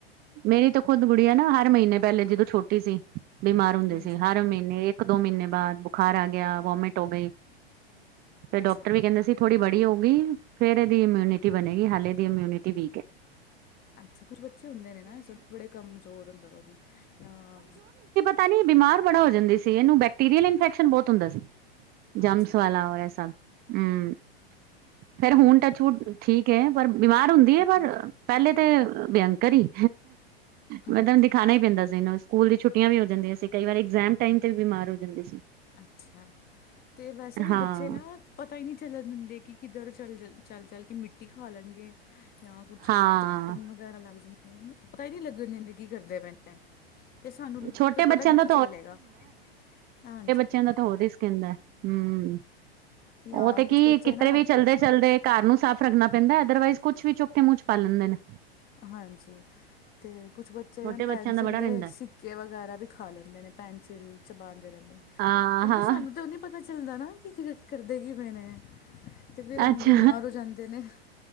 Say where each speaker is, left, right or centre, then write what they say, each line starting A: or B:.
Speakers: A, on the right (about 30°); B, on the left (about 30°).
A: ਮੇਰੀ ਤੋਂ ਖੁਦ ਗੁੜੀਆ ਨਾ ਹਰ ਮਹੀਨੇ ਪੈਹਲੇ ਜਦੋਂ ਛੋਟੀ ਸੀ ਬਿਮਾਰ ਹੁੰਦੇ
B: ਹਾਂਜੀ
A: ਸੀ ਹਰ ਮੀਹਨੇ ਇੱਕ-ਦੋ ਮੀਹਨੇ ਬਾਦ ਬੁਖਾਰ ਆ ਗੇਆ, ਵੋਮੇਟ ਹੋ ਗਈ। ਫੇ
B: ਅੱਛਾ
A: ਡਾਕਟਰ ਵੀ ਕੈਹੰਦੇ ਸੀ ਥੋੜ੍ਹੀ ਬੜੀ ਹੋਊਗੀ ਫੇਰ ਐਦੀ ਇਮਿਊਨਿਟੀ ਬਣੇਗੀ ਹਾਲੇ ਐਦੀ ਇਮਿਊਨਿਟੀ ਵੀਕ ਐ।
B: ਅੱਛਾ ਕੁਛ ਬੱਚੇ ਹੁੰਦੇ ਨੇ ਨਾ ਬੜੇ ਕਮਜ਼ੋਰ ਅੰਦਰੋਂ ਦੀ, ਜਾਂ
A: ਤਾਂ ਨੀ ਬਿਮਾਰ ਬੜਾ ਹੋ ਜਾਂਦੀ ਸੀ, ਏਹਨੂੰ ਬੈਕਟੀਰੀਅਲ ਇਨਫੈਕਸ਼ਨ ਬਹੋਤ ਹੁੰਦਾ ਸੀ।
B: ਅੱਛਾ
A: ਜਮਸ ਵਾਲਾ ਹੋਯੈ ਐਸਾ, ਹੂਂ ਫੇਰ ਹੁਣ ਟੱਚ ਵੁੱਡ ਠੀਕ ਹੈ ਪਰ ਬਿਮਾਰ ਹੁੰਦੀ
B: ਹਮ
A: ਹੈ ਪਰ, ਪੈਹਲੇ ਤੇ ਭਅੰਕਰ ਈ ਮਤਲਬ
B: ਅੱਛਾ
A: ਦਿਖਾਣਾ ਈ ਪੈਂਦਾ ਸੀ ਇਹਨੂੰ, ਸਕੂਲ ਦੀ ਛੁੱਟੀਆਂ ਵੀ ਹੋ ਜਾਂਦੀਆਂ ਸੀ। ਕਈ ਵਾਰੀ ਐਗਜੈ਼ਮ ਟਾਈਮ ਤੇ ਬਿਮਾਰ ਹੋ ਜਾਂਦੇ ਸੀ।
B: ਅੱਛਾ, ਤੇ ਵੈਸੇ ਵੀ
A: ਹਾਂ
B: ਬੱਚੇ ਨਾ ਪਤਾ ਹੀ ਨੀ ਚੱਲ ਦਿੰਦੇ ਕਿ ਕਿੱਧਰ ਚਲਜ ਚੱਲ-ਚੱਲ ਕੇ ਮਿੱਟੀ ਖਾ ਲੈਣਗੇ। ਯਾਂ ਕੁੱਛ
A: ਹਾਂ
B: ਚੱਟਨ ਵਗੈਰਾ ਲੱਗ ਜਾਂਦੇ ਨੇ, ਪਤਾ ਹੀ ਨੀ ਲੱਗਨ ਦੇਂਦੇ ਕੀ ਕਰਦੇ ਪਏਨ। ਤੇ ਸਾਨੂੰ
A: ਛੋਟੇ
B: ਫੇਰ ਪਤਾ
A: ਬੱਚਿਆਂ
B: ਕਿੱਥੋਂ
A: ਦਾ
B: ਚੱਲੇਗਾ, ਹਾਂਜੀ।
A: ਬੱਚੇਆਂ ਦਾ ਹੋਰ ਰਿਸਕ ਰੈਂਦੈ ਹੂਂ,
B: ਜਾਂ
A: ਓਹ ਤੇ ਕੀ
B: ਕੁਛ ਬੱਚੇ
A: ਕਿਤੇ
B: ਨਾ
A: ਵੀ ਚਲ ਚੱਲਦੇ-ਚਲਦੇ ਘਰ ਨੂੰ ਸਾਫ਼ ਰੱਖਣਾ ਪੈਂਦੈਂ, ਅਦਰਵਾਈਜ਼ ਕੁਛ ਵੀ ਚੁੱਕ ਕੇ ਮੂੰਹ ਚ ਪਾ ਲੈਂਦੇ ਨੇ।
B: ਹਾਂਜੀ, ਤੇ ਕੁਛ ਬੱਚੇ
A: ਛੋਟੇ ਬੱਚਿਆਂ
B: ਪੈਨਸਿਲ
A: ਦਾ ਬੜਾ
B: ਦੇ
A: ਰਹਿੰਦਾ
B: ਸਿੱਕ ਸਿੱਕੇ ਵਗੈਰਾ ਵੀ ਖਾ ਲੈਂਦੇ ਨੇ ਪੈਨਸਿਲ ਚਬਾਂਦੇ ਰੈਹੰਦੇ ਨੇ,
A: ਹਾਂ
B: ਕਿਉਂਕਿ
A: ਹਾਂ
B: ਸਾਨੂੰ ਤੇ ਓਹਨੇ ਪਤਾ ਚੱਲਦਾ ਨਾ ਕੀ ਕਰਦੇ ਕੀ ਪਏ ਨੇ ਤੇ ਫਿਰ ਬਿਮਾਰ
A: ਅੱਛਾ
B: ਹੋ ਜਾਂਦੇ ਨੇ